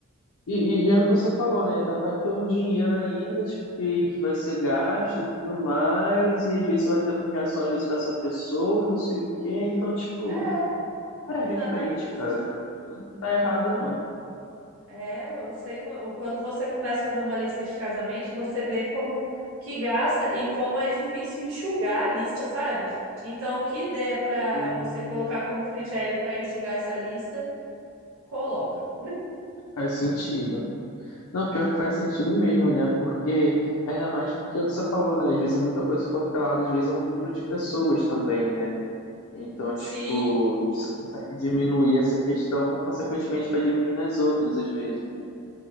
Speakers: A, on the left; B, on the right.
A: E, e, e é o que você falou, né? Ainda vai ter um dinheiro ainda, tipo, que, que vai ser gasto e tudo mais, e às vezes você vai ter com reação, às vezes, com essa pessoa e não sei o quê. Então, tipo,
B: É,
A: é, realmente,
B: exatamente.
A: cara, tá errada não.
B: É, eu eu sei qu- quando você começa a fazer uma lista de casamento, você vê como que gasta e como é difícil enxugar a lista, sabe? Então, o que der para
A: Hum,
B: você colocar como critério para enxugar essa lista, coloca.
A: faz sentido. Não, pior que faz sentido mesmo, né? Porque, ainda mais porque é o que você falou, né? Às vezes muita coisa fica atrelada, às vezes, ao número de pessoas também, né? Então,
B: Sim,
A: tipo, você consegue diminuir essa questão, consequentemente vai diminuir nas outras, às vezes, né?